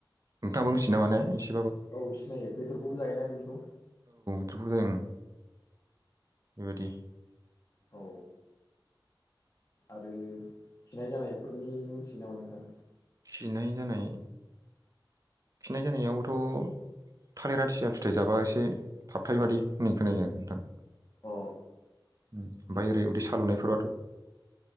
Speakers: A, on the right (about 45°); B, on the left (about 40°).
A: नोंथाङाबो मिथियो नामा ने एसे
B: औ सिनायो बेदरखौबो जायोना बिनिखौ
A: बेदरखौबो जायो ओम बेबायदि
B: औ आरो खिनाय जानायफोरनि मोनथियो नामा नोंथां
A: खिनाय जानाय खिनाय जानायावबोथ' थालिरा आयथिया फिथाइ जाबा एसे थाबथायो बादि होननाय खोनायो आरो नोंथां
B: औ
A: ओमफ्राय ओरै उदै साल'नायफोराथ'